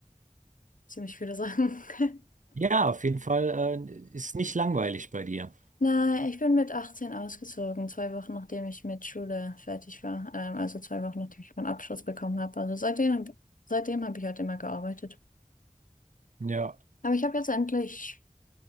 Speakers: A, on the left; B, on the right.
A: ziemlich viele Sachen. <laughs>
B: Ja, auf jeden Fall, äh, ist nicht langweilig bei dir.
A: Nein, ich bin mit 18 ausgezogen, zwei Wochen nachdem ich mit Schule fertig war. Ähm, also zwei Wochen nachdem ich meinen Abschluss bekommen habe. Also seitdem, hab- seitdem habe ich halt immer gearbeitet.
B: Ja.
A: Aber ich habe jetzt endlich